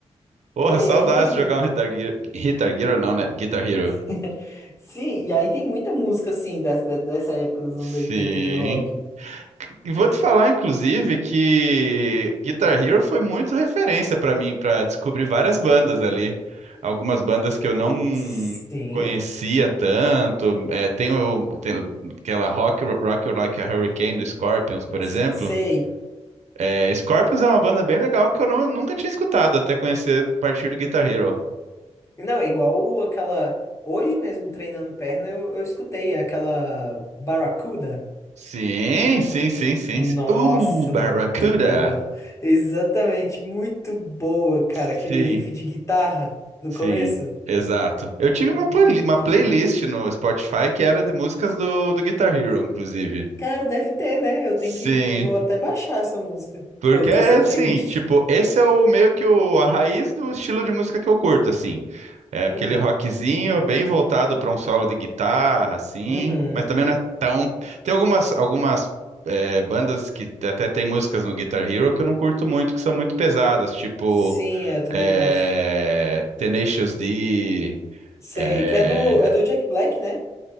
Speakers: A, on the right; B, on the left.
A: Porra,
B: É,
A: saudades
B: e aí tem.
A: de jogar um Guitar Hero. Guitar Hero não, né? Guitar Hero.
B: <laughs> Sim, e aí tem muita música, assim, da- da- dessa época dos
A: Sim.
B: anos oitenta de rock.
A: E vou te falar, inclusive, que Guitar Hero foi muito referência para mim, para descobrir várias bandas ali. Algumas bandas que eu não
B: Sim,
A: conhecia tanto. É, tem, o- tem aquela Rock, Rock You Like a Hurricane do Scorpions, por
B: s-
A: exemplo.
B: sei.
A: É, Scorpions é uma banda bem legal que eu não- nunca tinha escutado até conhecer a partir do Guitar Hero.
B: Não, é igual aquela. Hoje mesmo treinando perna, eu, eu escutei aquela Barracuda.
A: Sim, sim, sim, sim.
B: Nossa,
A: sim. Uh, Barracuda!
B: muito boa. Exatamente, muito boa, cara.
A: Sim.
B: Aquele riff de guitarra no
A: Sim,
B: começo.
A: exato. Eu tive
B: Muito
A: uma, planli- uma playlist
B: boa.
A: no Spotify que era de músicas do, do Guitar Hero, inclusive.
B: Cara, deve ter, né? Eu
A: Sim,
B: tenho que. Vou até baixar essa música.
A: porque
B: Ou
A: é
B: essa
A: assim,
B: playlist.
A: tipo, esse é o meio que o, a raiz do estilo de música que eu curto, assim. É
B: Uhum.
A: aquele rockzinho bem voltado para um solo de guitarra, assim,
B: Uhum.
A: mas também não é tão. Tem algumas, algumas é, bandas que até tem músicas no Guitar Hero que eu não curto muito, que são muito pesadas, tipo
B: Sim, é, eu também
A: é,
B: não gosto.
A: Tenacious D.
B: Sei,
A: É,
B: que é do, é do Jack Black, né?